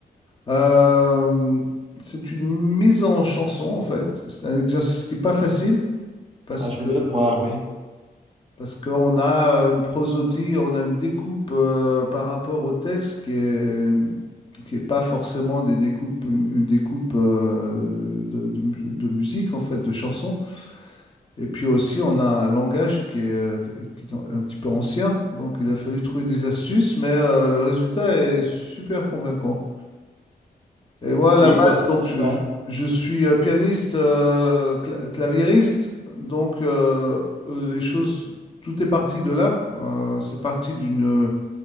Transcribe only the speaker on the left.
Euh, c'est une mise en chanson, en fait. C'est un exercice qui n'est pas facile parce
que
euh,
parce qu'on a euh, une prosodie, on a une découpe euh, par rapport au texte qui est, qui est pas forcément des découpes, une, une découpe euh, de, de mu- de musique, en fait, de chansons. Et puis aussi, on a un langage qui est, euh, qui est un un petit peu ancien. Donc, il a fallu trouver des astuces, mais euh, le résultat est super convaincant. Et moi, à la
base,
donc,
je,
je- je suis euh, pianiste, euh, cla- claviériste, donc euh, les choses, tout est parti de là. Euh, c'est parti d'une